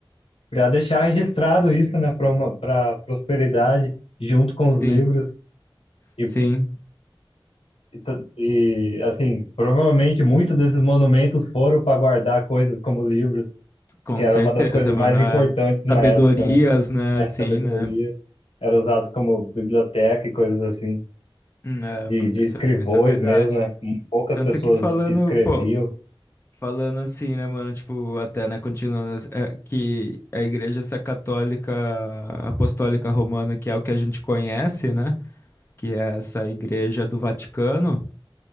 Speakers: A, on the left (about 90°); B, on the left (about 25°).
A: para deixar registrado isso, né, para uma para prosperidade junto com os livros
B: Sim,
A: e,
B: sim,
A: e t- e, assim, provavelmente muitos desses monumentos foram para guardar coisas como livros,
B: com
A: que era
B: certeza,
A: uma das coisas mais
B: mano.
A: importantes
B: é.
A: na
B: Sabedorias,
A: época, né?
B: né,
A: A
B: assim,
A: sabedoria
B: né?
A: era usado como biblioteca e coisas assim,
B: É,
A: de,
B: mano,
A: de
B: isso
A: escrivões
B: é, isso é verdade.
A: mesmo, né? Poucas
B: Tanto
A: pessoas
B: que falando,
A: escreviam
B: pô, Falando assim, né, mano? Tipo, até, né, continuando, assim, é, que a igreja, essa católica apostólica romana, que é o que a gente conhece, né? Que é essa igreja do Vaticano,